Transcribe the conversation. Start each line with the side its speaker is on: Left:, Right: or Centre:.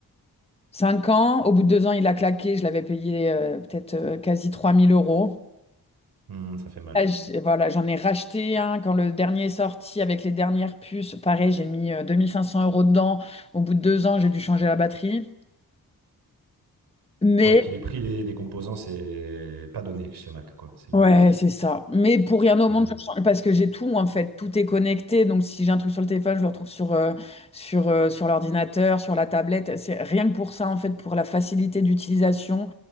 Left: 5 ans. Au bout de 2 ans, il a claqué. Je l'avais payé euh, peut-être euh, quasi 3000 euros.
Right: Hmm, ça fait mal.
Left: Là, j'- voilà, j'en ai racheté un quand le dernier est sorti avec les dernières puces. Pareil, j'ai mis euh, 2500 euros dedans. Au bout de 2 ans, j'ai dû changer la batterie. Mais
Right: Ouais, puis les prix des, des composants, c'est pas donné chez Mac, quoi. C'est le,
Left: Ouais, c'est ça. Mais pour rien
Right: le problème.
Left: au monde, je change- parce que j'ai tout en fait, tout est connecté. Donc si j'ai un truc sur le téléphone, je le retrouve sur euh, sur euh, sur l'ordinateur, sur la tablette. C'est rien que pour ça en fait, pour la facilité d'utilisation,